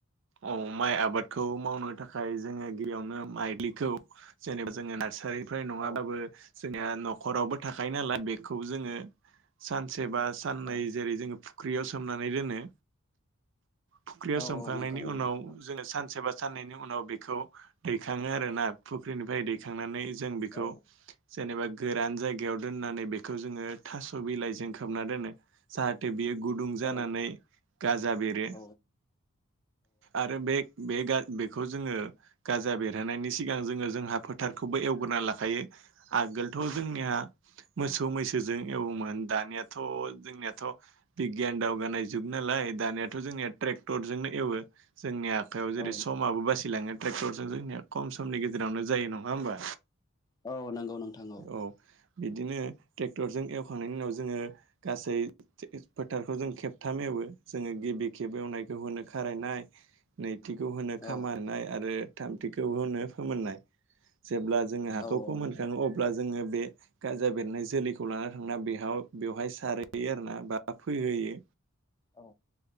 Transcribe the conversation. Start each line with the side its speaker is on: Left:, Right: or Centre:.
Right: औ माइ आबादखौ मावनो थाखाय जोङो गिबियावनो माइलिखौ जेनेबा जोङो नारसारि फ्राय नङाबो
Left: औ
Right: जोंनि न'खरावबो थाखायो नालाय बेखौ जोङो सानसे बा साननै
Left: औ
Right: जेरै जोङो फुख्रियाव सोमनानै दोनो फुख्रियाव
Left: औ
Right: सोमखांनायनि
Left: औ नोंथां नंगौ
Right: उनाव
Left: औ
Right: जोङो सानसेबा सानैनि उनाव बेखौ दैखाङो आरोना फुख्रिनिफ्राय दैखांनानै जों बेखौ
Left: औ
Right: जेनेबा गोरान जायगायाव दोननानै बेखौ जोङो थास' बिलाइजों खोबना दोनो जाहाथे बेयो गुदुं जानानै
Left: औ
Right: गाजा बेरो
Left: औ
Right: आरो बे बे बेखौ जोङो गाजा बेरहैनायनि सिगां जोङो जोंहा फोथारखौबो एवग्रोना लाखायो आगोलथ' जोंनिहा मोसौ मैसोजों एवोमोन दानिया थ' जोंनियाथ' बिगियान दावगानाय जुग नालाय दानियाथ' जोंनिया ट्रेक्टरजोंनो एवो जोंनि आखायाव जेरै
Left: औ
Right: समाबो बासिलाङो ट्रेक्टरजों जोंनिया खम समनि गेजेरावनो जायो नङा ओमबा
Left: औ नंगौ नोंथां
Right: औ बिदिनो टे क्टरजों एवखांनायनि उनाव जोङो गासै फोथारखौ जों खेबथाम एवो जोङो गिबि खेब एवनायखौ होनो खारायनाय नैथिखौ होनो खामार
Left: औ
Right: होनाय आरो थामथिखौ होनो फोमोननाय जेब्ला जोङो हाखौ
Left: औ
Right: फोमोनखाङो
Left: नोंथां
Right: अब्ला जोङो बे गाजा बेरनाय जोलैखौ लाना थांना बेहाव बेवहाय सारहैयो आरो ना बा फोहोयो।
Left: औ